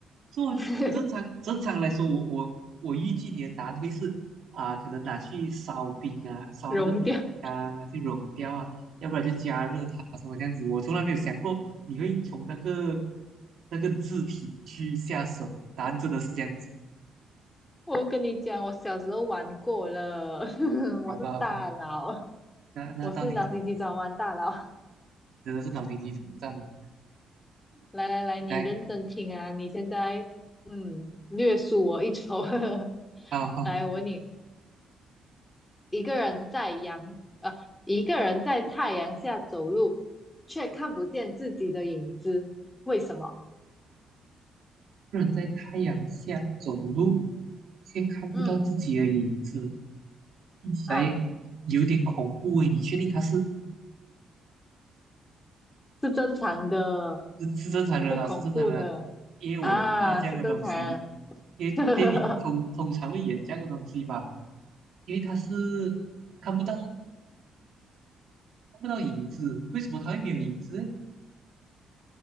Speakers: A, on the right; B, on the left.
A: 做正常正常来说，
B: <laughs>
A: 我我我预计你的答案会是啊、可能拿去烧冰啊，烧那个冰啊，
B: 融掉。
A: 去融掉啊，要不然就加热它什么这样子。我从来没有想过你会从那个那个字体去下手，答案真的是这样子，
B: 我跟你讲，我小时候玩过了，<laughs>
A: 好吧好吧，
B: 我是大佬，
A: 那那到底
B: 我是脑筋急转弯大佬。
A: 真的是脑筋急转弯了。
B: 来来来，你认真听啊！
A: 来，
B: 你现在嗯，略输我一筹。<laughs>
A: 好好，
B: 来，我问你，一个人在阳呃，一个人在太阳下走路，却看不见自己的影子，为什么？
A: 不能在太阳下走路，却看不到自己的影子，
B: 嗯
A: 听起来
B: 啊，
A: 有点恐怖诶，你确定它是？
B: 是正常的，
A: 是是正常人啊，
B: 不恐怖的啊，
A: 是正常人啊因为我怕这样的东西，
B: 是正常
A: 因为电影通通常会演这样的东西吧，
B: 呵，<laughs>
A: 因为他是看不到看不到影子，为什么他会没有影子呢？